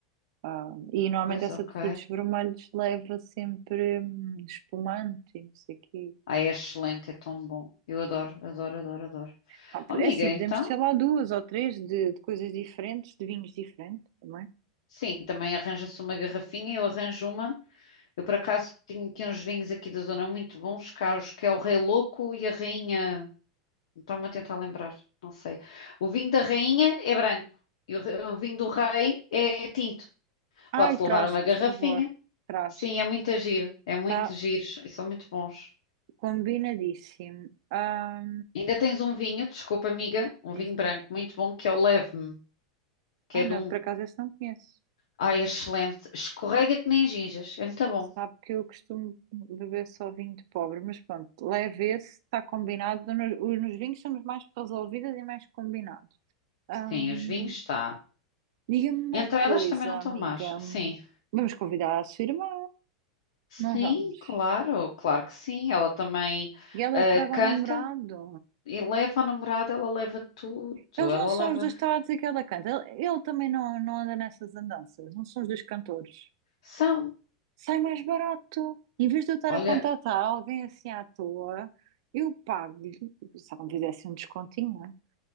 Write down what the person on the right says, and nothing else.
Ah, e normalmente
essa
de frutos vermelhos leva sempre hum, espumante e não sei o quê.
Ah,
é assim,
podemos ter lá duas ou três de, de coisas diferentes, de vinhos diferentes também.
Ai, traz,
por favor, traz.
Está
combinadíssimo. Ah,
diz,
ah,
não,
por acaso esse não conheço.
Sabe que eu costumo beber só vinho de pobre, mas pronto, leve esse, está combinado. Nos, os- nos vinhos somos mais resolvidas e mais combinados. Ahm,
diga-me uma
coisa,
amiga.
Vamos convidar a sua irmã?
Não vamos.
E ela
é que traga
o namorado.
Eles
não são
os dois que estava a dizer que ela canta. Ele, ele também não, não anda nessas andanças. Não são os dois cantores.
Sai mais barato. Em vez de eu estar
a contratar alguém assim à toa, eu pago-lhe. Se ela me fizesse um descontinho,